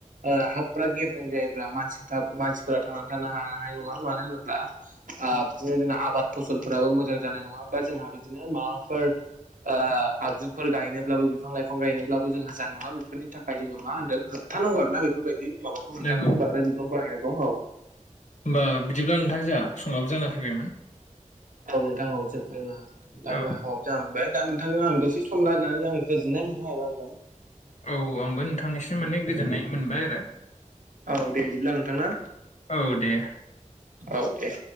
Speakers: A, on the right (about 75°); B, on the left (about 60°).
A: ओ हाफ्रा गेब्रें जायोब्ला मानसिफोरा थांनानै थानो हानाय नङा मानो होनोब्ला आ बिदिनो जोंना आबाद फसलफोराबो मोजां जानाय नङा बा जोंहा बिदिनो माबाफोर ओ आगजुफोर गायनोब्लाबो बिफां लाइफां गायनोब्लाबो जोंहा जानाय नङा बेफोरनि थाखाय जोङो मा होनदों थाननांगौ आरोना बेफोरबायदि माबाखौ नोंथां
B: नंगौ
A: बाग्राय बिफां बाहायनायखौ औ
B: होमबा बिदिब्ला नोंथां जोंहा संमाबो जाना फैबायमोन
A: औ नोंथां औ जों ओ <unintelligible>
B: औ
A: जाहांबाय दा नोंथांनो आं दसे सम रायलायनानै आं गोजोननाय मोनदों हा नोंथां
B: औ आंबो नोंथांनिसिम माने गोजोननाय मोनबाय आरो
A: औ दे बिदिब्ला नोंथां ना
B: औ दे
A: औ दे